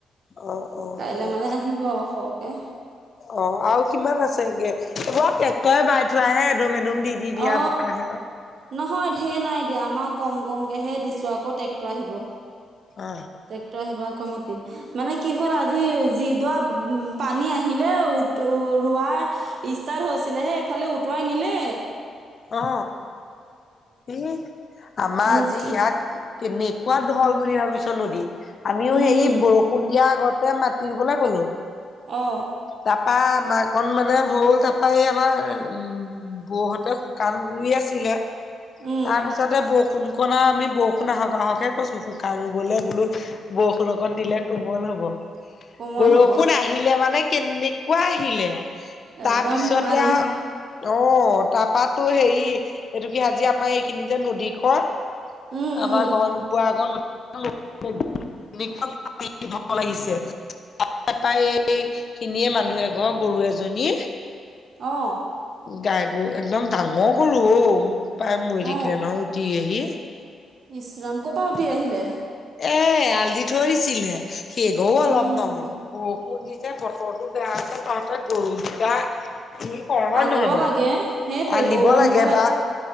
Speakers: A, on the left; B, on the right.
A: অ' অ'
B: কাইলে
A: অ'
B: মানে আহিব সৰকে
A: অ আৰু কিমান আছে গে এইবোৰ আও ট্ৰেক্টৰে বাই থোৱাহে এদম এদম দি দি দিয়া
B: অ
A: বোকাহ হে আও
B: নহয় ঢেৰ নাই দিয়া আমাৰ কম কমকেহে দিছো আকৌ ট্ৰেক্টৰ আহিব
A: অ
B: ট্ৰেক্টৰ আহিব আকৌ মাতি মানে কি হ'ল আজি যি দৱা উ পানী আহিলে উ উত ৰোৱা ষ্টাৰ্ট হৈছিলে হে এইফালে উটোৱাই নিলে
A: অ উম আমাৰ
B: মুঠি
A: আজি ইয়াত কেনেকুৱা ঢল বুলি ভাবিছ নদী আমিও
B: উম
A: সেই বৰষুণ দিয়া আগতে মানে সাতুৰিবলে গ'লো
B: অ
A: তাৰপা মাকন মানে হ'ল তাৰপা এই আমাৰ উম বৌহতে শুকান শুই আছিলে
B: উম
A: তাৰ পিছতে বৰষুণ কণা আমি বৰষুণ আহক আহকে কৈছো বোকা ৰুবলে বোলো বৰষুণ অকণ দিলে কোমল হ'ব
B: কোমল
A: বৰষুণ
B: হ'ব
A: আহিলে মানে কেনেকুৱা আহিলে
B: একদম
A: তাৰপিছতে
B: পানী
A: আৱ অ তাৰপাতো হেৰি এইটো কি আাজি আমাৰ এইখিনি যে নদীখন
B: উম
A: আমাৰ
B: উম
A: ঘৰ নোপোৱা আগত <unintelligible> লাগিছে তাপা তাই এই খিনিয়ে মানুহ এঘৰ গৰু এজনীৰ
B: অ
A: গাই গৰু একদম ডাঙৰ গৰু অঔ পাই মৰি থাকিলে
B: অ
A: নহয় <unintelligible>
B: ইচৰাম ক'ৰ পৰা উটি আহিলে
A: এ এয়াল দি থৈ দিছিলে সেঘও অলপ
B: উম
A: নহয় বৰষুণ দিছে বতৰটো বেয়া হৈছে তহতে গৰুকেইটা কি কৰো হয়
B: আনিব
A: নহয় বাৱ
B: লাগে সেইটোৱে
A: আনিব
B: গৰু বান্ধিব
A: লাগে বা